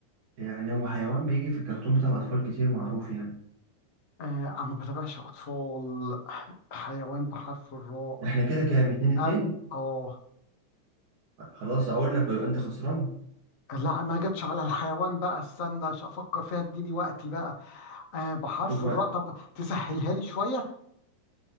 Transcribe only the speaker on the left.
آه انا ما بتابعش اطفال ح- حيوان بحرف الراء
أر... اه
لا ما جاتش على الحيوان بقى استنى عشان افكر فيها اديني وقتي بقى آه بحرف
الراء طب تسهلها لي شويه